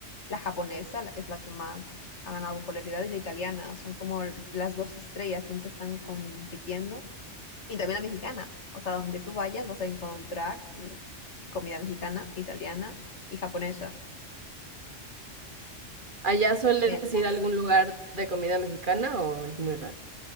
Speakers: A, on the left; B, on the right.
A: la japonesa, la- es la que más ha ganado popularidad, y la italiana, son como l- las dos estrellas, siempre están compitiendo. Y también la mexicana, o sea, donde tú vayas vas a encontrar mm, comida mexicana, italiana y japonesa.
B: ¿Allá sueles
A: Me alcanza.
B: ir a algún lugar de comida mexicana o es muy raro?